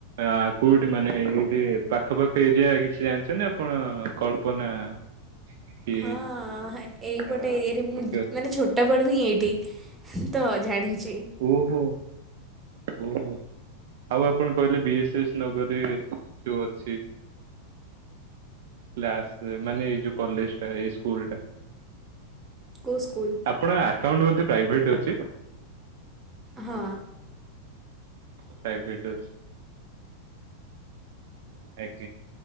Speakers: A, on the right (about 55°); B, on the right (about 15°).
A: ଆ କୋଉଠି ମାନେ ଏଇଠି ପାଖ ପାାଖ ଏରିଆ କିଛି ଜାଣିଛନ୍ତି ଆପଣ କଳ୍ପନା <unintelligible> କି
B: ହଁ ଏଇ
A: ଆ
B: ପଟେ ଏରିଆରେ ମୁଁ
A: ଓହୋ
B: ମାନେ ଛୋ ଟବେଳୁ ହିଁ ଏଇଠି ତ ଜାଣିଚି।
A: ଓହୋ। ଓ ହୋ ଆଉ ଆପଣ କହିଲେ ବି ଏସ୍ ଏସ୍ ନଗର ରେ ଯୋଉ ଅଛି କ୍ଲାସରେ ମାନେ ଏଇ ଯୋଉ କଲେଜ ଟା ଏଇ ସ୍କୁଲ ଟା
B: କୋଉ ସ୍କୁଲ?
A: ଆପଣଙ୍କ ଆକାଉଣ୍ଟ ବୋଧେ ପ୍ରାଇଭେଟ ଅଛି
B: ହଁ
A: ପ୍ରାଇଭେଟ୍ ଅଛି ଆଜ୍ଞା